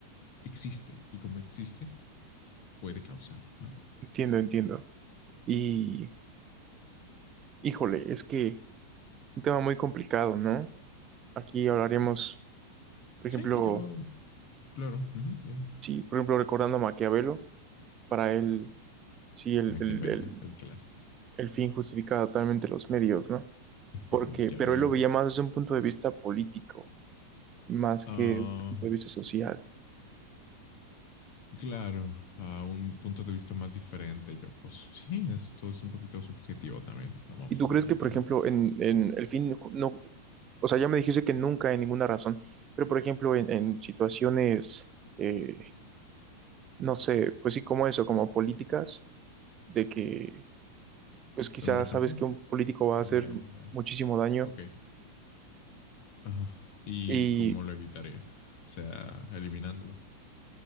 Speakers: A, on the left; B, on the right.
A: existe y como existe puede causar, ¿no?
B: entiendo, entiendo. Y, híjole, es que un tema muy complicado, ¿no? Aquí hablaremos, por ejemplo,
A: Sí, yo, claro, uh -huh, dime.
B: sí, por ejemplo, recordando a Maquiavelo, para él, sí, el,
A: Maquiavelo,
B: el,
A: el clásico.
B: el fin justifica totalmente los medios, ¿no?
A: Es que
B: Porque,
A: es Maquiavelo.
B: pero él lo veía más desde un punto de vista político, más
A: Ah,
B: que un punto de vista social.
A: claro, a un punto de vista más diferente, yo, pues sí, esto es un poquito subjetivo también, no vamos
B: ¿Y tú
A: a mentir
B: crees que, por
A: que
B: ejemplo,
A: no.
B: en, en el fin, no, o sea, ya me dijiste que nunca, en ninguna razón, pero, por ejemplo, en, en situaciones, eh, no sé, pues sí, como eso, como políticas, de que, pues quizás
A: Dame un ejemplo.
B: sabes que un político va
A: Dame,
B: a hacer muchísimo daño
A: ok. Ajá. ¿Y
B: y
A: cómo lo evitaría? O sea, eliminándolo.